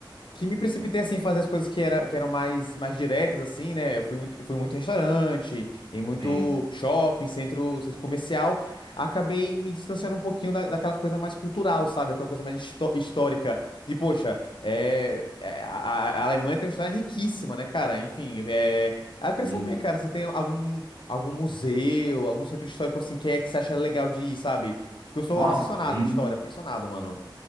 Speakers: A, on the left (about 70°); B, on the right (about 70°).
A: que me precipitei assim em fazer as coisas que, era, que eram mais, mais diretas assim, né? Eu fui muito, fui muito em restaurante, em muito
B: sim,
A: shopping, centro, centro comercial, acabei me distanciando um pouquinho da, daquela coisa mais cultural, sabe? Daquela coisa mais histó- histórica. E poxa, é, é, a, a Alemanha tem uma história riquíssima, né, cara? Enfim, é, aí eu queria
B: sim.
A: saber, cara, você tem algum algum museu, algum centro histórico assim que é que você acha legal de ir, sabe? Porque eu sou
B: Nossa,
A: aficionado
B: tem.
A: em história, aficionado, mano.